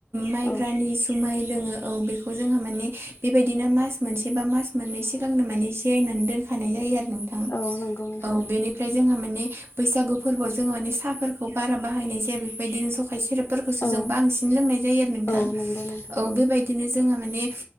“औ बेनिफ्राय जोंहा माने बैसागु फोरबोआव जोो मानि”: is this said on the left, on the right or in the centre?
Right